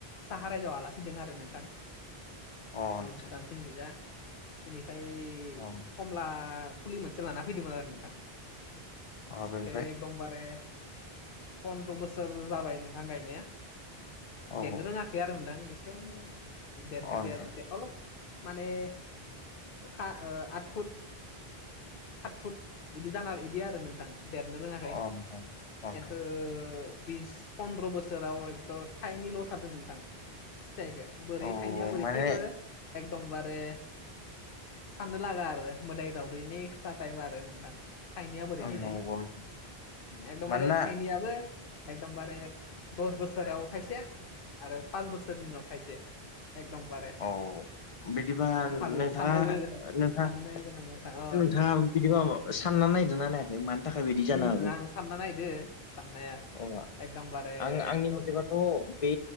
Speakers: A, on the left; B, on the left.
A: साहा रायजोआव आलासिदों आरो नोंथां।
B: अ नोंथां
A: भुतान सिं खैजा। बेनिफ्राय
B: अ
A: कमला फुलि मोनसे लाना फैदोंमोन आरो नोंथां।
B: अ बेनिफ्राय
A: बेखौ एकदमबारे पन्द्र' बोसोर जाबाय नोंथां गायनाया।
B: औ
A: देरनो रोङाखै आरो नोंथां एसे
B: औ
A: देर-देर
B: अ नोंथां
A: अलब माने खा आठ फुट सात फुट बिदि जाना बिदि आरो नोंथां। देरनो रोङाखै
B: अ नोंथां अ नोंथां
A: खिन्थु बिस फन्द्र' बोसोराव एकद' थाइनैल' होथारदों नोंथां फिथाइखो। बोरै
B: औ
A: थाइनाया बोरै
B: माने
A: थैखो एकदमबारे साननो लागा आरो मोदाय दावदैनि खोथा थायो आरो नोंथां। थाइनैया बोरै फैनाय
B: नंगौ नोंथां
A: एकदमबारे
B: मानोना
A: थाइनैयाबो एकदमबारे दस बोसोराव थाइसे आरो पास बोसोरनि उनाव थाइसे एकदमबारे
B: औ बिदि हबा
A: थाबैनो
B: नोंथाङा
A: साननो गोरों साननो
B: नोंथाङा
A: गोनां बाथ्रा अ
B: नोंथाङा बिदिखौ ब सानना नायदोंना नायाखै मानि थाखाय बिदि जानो
A: उम
B: हागौ।
A: आं सानना नायदो साननाया
B: अह
A: एकदमबारे
B: आं-आंनि
A: एकदम
B: मथेबाथ' बे